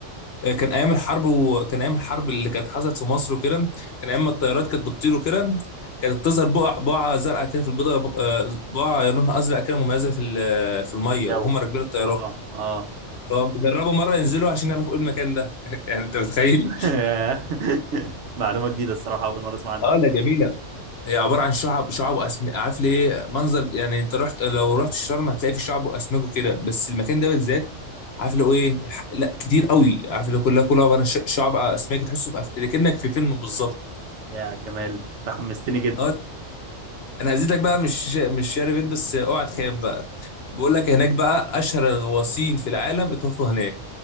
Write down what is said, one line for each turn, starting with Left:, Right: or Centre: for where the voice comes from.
Left: آه، كان ايام الحرب وكان ايام الحرب اللي كانت حصلت في مصر وكده كان ايام ما الطيارات كانت بتطير وكده كانت تظهر بقع بقعه زرقاء كده في البيضه آه، بقعه لونها ازرق كده مميزه في ال- في الميه
Right: الجو
Left: وهم راكبين الطيارات
Right: اه اه
Left: فجربوا مره ينزلوا عشان يعرفوا ايه المكان ده <laughs> يعني انت متخيل
Right: <laughs> معلومة جديدة الصراحة أول مرة أسمع عنها
Left: اه لا جميله هي عباره عن شعب شعب واسم عارف ليه منظر يعني انت رحت لو رحت الشرم هتلاقي في شعب واسماك وكده بس المكان ده بالذات عارف لو ايه ح- لا كتير قوي عارف لو كلها كلها عباره عن ش- شعب اسماك تحسه في أف- كأنك في فيلم بالظبط
Right: يا جمال تحمستني جدا
Left: اه انا هزيدك بقى مش مش شاري بيت بس اوعى تخاف بقى بقول لك هناك بقى اشهر الغواصين في العالم اتوفوا هناك